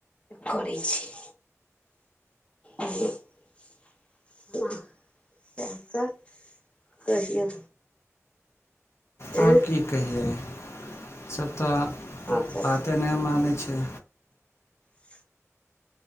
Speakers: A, on the left (about 25°); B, on the left (about 60°).
A: करै छी आरो <inaudible> नाह सेह तऽ कहियौ आँय
B: आब की कहियै ई सब तऽ
A: आओर सभ
B: बाते नय मानै छै
A: <inaudible>